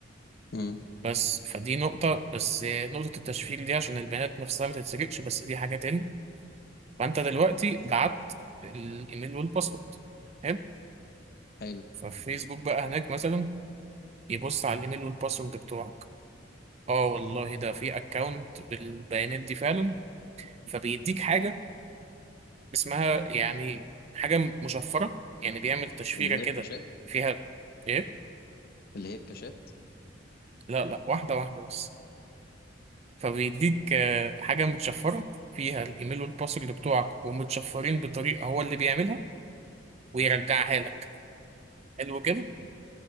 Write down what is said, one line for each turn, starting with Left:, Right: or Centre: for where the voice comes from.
Left: امم
Right: بس فدي نقطة بس نقطة التشفير دي عشان البيانات نفسها ما تتسرقش بس دي حاجة تاني فأنت دلوقتي بعت الإيميل والباسورد حلو
Left: حلو
Right: ففيسبوك بقى هناك مثلا يبص على الإيميل والباسورد بتوعك اه والله ده في اكونت بالبيانات دي فعلا فبيديك حاجه اسمها يعني حاجه مشفره يعني بيعمل تشفيره
Left: اللي
Right: كده
Left: هي الكاشات
Right: فيها ايه
Left: اللي هي الكاشات
Right: لا لا واحده واحده بس فبيديك آه، حاجه متشفره فيها الايميل والباسورد بتوعك ومتشفرين بطريقه هو اللي بيعملها ويرجعها لك حلو كده